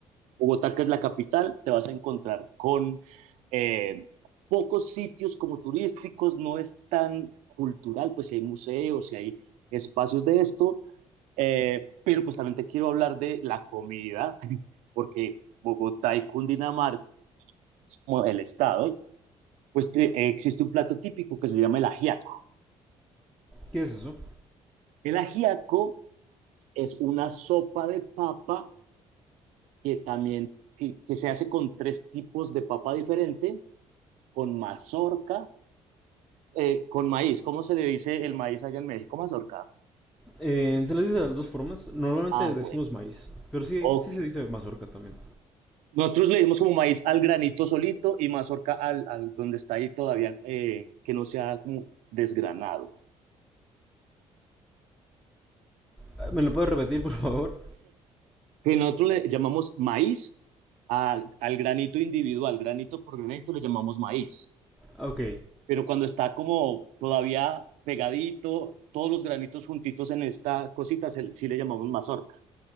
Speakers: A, on the right; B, in the centre.
A: Bogotá, que es la capital, te vas a encontrar con eh, pocos sitios como turísticos, no es tan cultural, pues si hay museos, si hay espacios de esto, eh, pero pues también te quiero hablar de la comida, <laughs> porque Bogotá y Cundinamarca, como el estado, pues te- existe un plato típico que se llama el ajiaco.
B: ¿Qué es eso?
A: El ajiaco es una sopa de papa que también que, que se hace con tres tipos de papa diferente, con mazorca, eh, con maíz. ¿Cómo se le dice el maíz allá en México? Mazorca.
B: Eh, se les dice de las dos formas. Normalmente
A: Ah, bueno.
B: decimos maíz, pero sí,
A: Ok.
B: sí se dice mazorca también.
A: Nosotros le dimos como maíz al granito solito y mazorca al, al donde está ahí todavía eh, que no sea como desgranado.
B: Ah, ¿Me lo puedes repetir, por favor?
A: Que nosotros le llamamos maíz a- al granito individual, granito por granito le llamamos maíz.
B: Ok.
A: pero cuando está como todavía pegadito, todos los granitos juntitos en esta cosita, se- sí le llamamos mazorca.